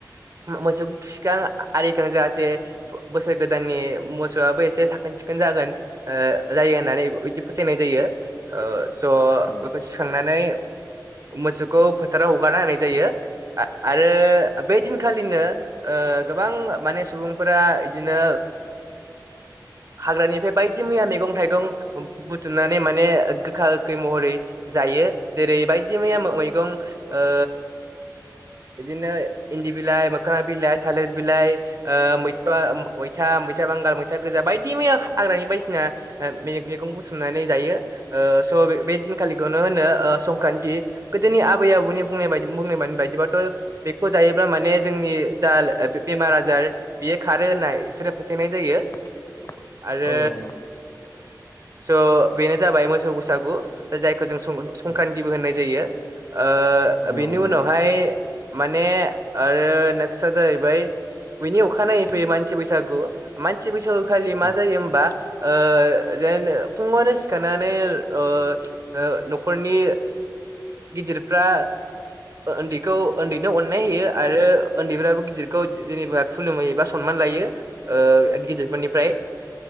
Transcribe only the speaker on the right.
मोसौखौ थिखां आरिखां जाहाथे बोसोर गोदाननि मोसौआबो एसे साखोन सिखोन जागोन ओ जायो होननानै बिदि फोथायनाय जायो ओ स
बेखौ सुखांनानै मोसौखौ फोथाराव हगारना होनाय जायो आरो बे दिनखालिनो ओ गोबां माने सुबुंफोरा बिदिनो हाग्रानिफ्राय बायदि मैया मैगं थाइगं बुथुमनानै माने गोखा गोखै महरै जा जायो जेरै बायदि मैया मैगं ओ बिदिनो इन्दि बिलाइ मोखोमा बिलाइ थालिर बिलाइ ओ मैथ मैथा मैथा बांगाल मैथा गोजा बायदि मैया हाग्रानि बायसिना मेगं बुथुमनानै जायो। स बे दिनखालिखौनो होनो संक्रान्ति गोदोनि आबै आबौनि बुंनाय बायदि बुंनाय बायदिबा थ बेखौ जायोब्ला माने जोंनि जा बेमार आजार बियो खारो होनना बिसोरो फोथायनाय जायो।
आरो
स' बेनो जाबाय मोसौ बैसागु जायखौ जों सं संक्रान्तिबो
होननाय जायो। ओ
बिनि
उनावहाय माने आरो नेक्स्ट आ जाहैबाय बिनि अखानायनायै फैयो मानसि बैसागु मानसि बैसागु खालि मा
जायो होमबा ओ जेन फुङावनो सिखारनानै ओ अ ओ न'खरनि गिदिरफ्रा ओन्दैखौ ओन्दैनो अननाय होयो आरो ओन्दैफ्राबो गिदिरखौ जेनेबा खुलुमहैयो एबा सनमान लायो। ओ गिदिरफोरनिफ्राय